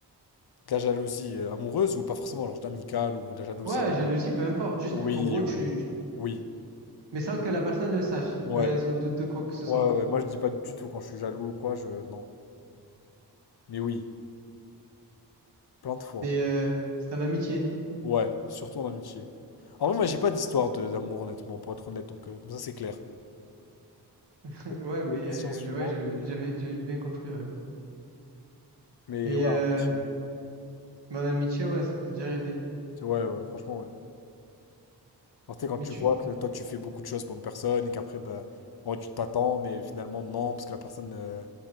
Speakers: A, on the left; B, on the right.
A: De la jalousie euh, amoureuse ou pas forcément, genre amicale ou de la jalousie.
B: Ouais, jalousie, peu importe. Juste,
A: Oui,
B: en gros,
A: oui,
B: tu,
A: oui.
B: tu-
A: Oui,
B: mais sans que la personne le sache.
A: ouais.
B: Ouais, sans doute de quoi que ce
A: Ouais,
B: soit.
A: ouais, ouais. Moi, je dis pas du tout quand je suis jaloux ou quoi, je... Non. Mais oui, plein de fois.
B: C'est euh, c'est en amitié.
A: Ouais, surtout en amitié. En vrai, moi, j'ai pas d'histoire de- d'amour, honnêtement, pour être honnête, donc euh, comme ça, c'est clair.
B: <laughs> Ouais,
A: Bon,
B: mais
A: c'est la question
B: euh,
A: suivante.
B: j'ai- ouais, j'avais
A: euh.
B: j'avais j'avais bien compris, ouais.
A: Mais
B: Et
A: ouais,
B: euh,
A: en amitié.
B: mais en amitié, ouais, ça t'est déjà arrivé.
A: Ouais, ouais, franchement, ouais. Genre, tu sais, quand
B: Mais
A: tu
B: tu,
A: vois
B: tu-
A: que toi, tu fais beaucoup de choses pour une personne et qu'après, bah, ouais, tu t'attends, mais finalement, non, parce que la personne, euh,